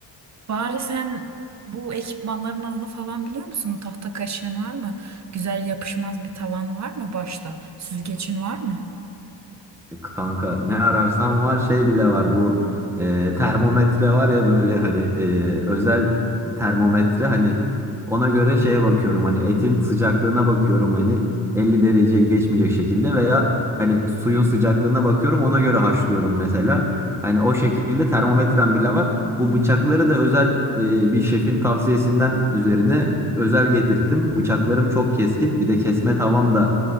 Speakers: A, on the right; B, in the centre.
A: bari sen bu ekipmanların adını falan biliyor musun? Tahta kaşığın var mı? Güzel yapışmaz bir tavan var mı başta? Süzgecin var mı?
B: Kanka ne ararsan var şey bile var bu e, termometre var ya böyle hani e, özel termometre hani ona göre şeye bakıyorum hani etin sıcaklığına bakıyorum hani 50 dereceye geçmeyecek şekilde veya hani suyun sıcaklığına bakıyorum ona göre haşlıyorum mesela. Hani o şekilde termometrem bile var. Bu bıçakları da özel e, bir şefin tavsiyesinden üzerine özel getirttim. Bıçaklarım çok keskin bir de kesme tavam da